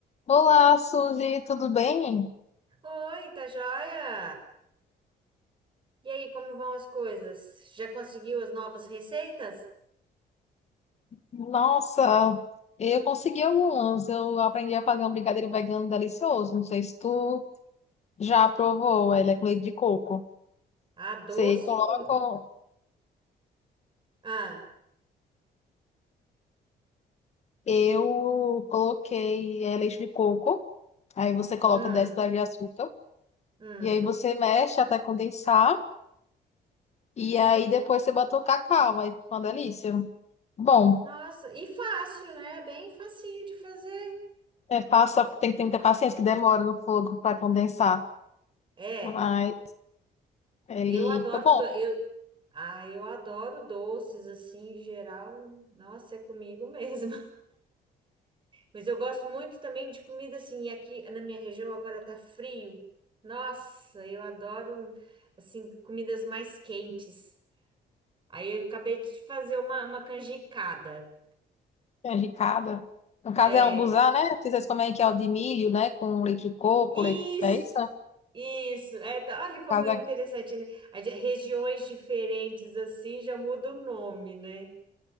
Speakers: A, on the left (about 40°); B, on the right (about 30°).
A: Olá, Suzy, tudo bem?
B: Oi, tá joia? E aí, como vão as coisas? Já conseguiu as novas receitas?
A: Nossa, eu consegui algumas. Eu aprendi a fazer um brigadeiro vegano delicioso. Não sei se tu já provou. Ele é com leite de coco.
B: Ah, doce
A: Você coloca,
B: com... Ah,
A: eu coloquei é, leite de coco. Aí você coloca
B: hum,
A: 10 colheres de açúcar.
B: hum.
A: E aí você mexe até condensar. E aí depois você bota o cacau. Aí fica uma delícia. Bom,
B: Nossa, e fácil, né? Bem facinho de fazer.
A: é fácil, tem que ter muita paciência, que demora no fogo para condensar.
B: É,
A: Mas ele
B: eu adoro...
A: fica bom.
B: Do... Eu... Ah, eu adoro doces, assim, em geral. Nossa, é comigo <laughs> mesmo. Mas eu gosto muito também de comida, assim, e aqui na minha região agora tá frio. Nossa, eu adoro, assim, comidas mais quentes. Aí eu acabei de fazer uma, uma canjicada.
A: Canjicada. No caso
B: É,
A: é ambusá, né? Vocês comem que é o de milho, né? Com leite de coco,
B: isso,
A: leite... É isso? né? No
B: isso. É, tá- olha como
A: caso
B: é
A: aqui.
B: interessante, né? A de- Regiões diferentes assim já muda o nome, né?